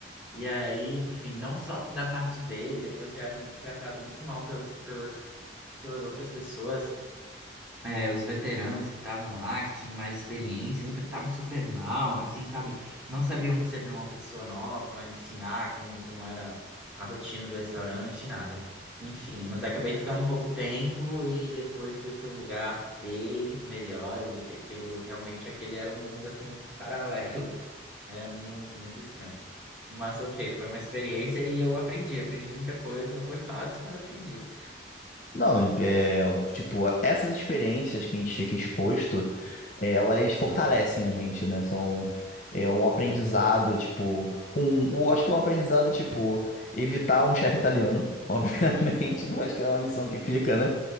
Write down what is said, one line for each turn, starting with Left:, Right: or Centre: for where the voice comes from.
Centre: E aí, enfim, não só da parte dele, depois eu era tratado muito mal pelas, pelas, pelas outras pessoas. é, os veteranos que estavam lá, que tinham mais experiência, me tratavam super mal, assim, sabe? Não sabiam receber uma pessoa nova, ensinar como, como era a rotina do restaurante, nada. Enfim, mas acabei ficando pouco tempo e depois fui para um lugar bem melhor. Eu vi que aquilo, realmente, aquele era um mundo, assim, paralelo. <laughs> Era muito, muito estranho. Mas ok, foi uma experiência e eu aprendi, aprendi muita coisa. Não foi fácil, mas aprendi.
Left: Não, é, tipo, essas experiências que a gente fica exposto, é, elas fortalecem a gente, né? São é, um
Centre: Exato.
Left: aprendizado, tipo, um, o, acho que é um aprendizado, tipo, evitar um chefe italiano, <laughs> obviamente, eu acho que é uma lição que fica, né?